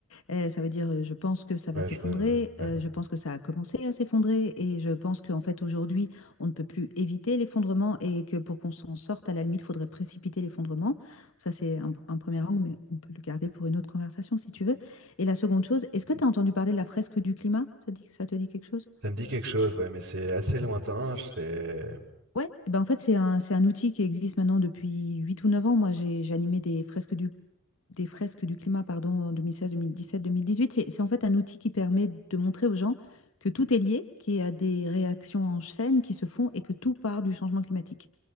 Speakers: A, on the left; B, on the right.
A: Heu, ça veut dire, heu, je pense que ça va
B: Ouais,
A: s'effondrer,
B: je vois. Ouais.
A: heu, je pense que ça a commencé à s'effondrer et je pense qu'en fait aujourd'hui, on ne peut plus éviter l'effondrement et que pour qu'on s'en sorte, à la limite, il faudrait précipiter l'effondrement. Ça, c'est un p un 1 angle, mais on peut le garder pour une autre conversation si tu veux et la seconde chose, est-ce que tu as entendu parler de la fresque du climat? Ça dit ça te dit quelque chose?
B: Ça me dit quelque chose, ouais, mais c'est assez lointain. je- C'est
A: Ouais, Ben en fait, c'est un c'est un outil qui existe maintenant depuis 8 ou 9 ans. Moi, j'ai j'animais des fresques du des fresques du climat, pardon, en 2016, 2017, 2018. C'est c'est en fait un outil qui permet de montrer aux gens que tout est lié, qu'il y a des réactions en chaîne qui se font et que tout part du changement climatique.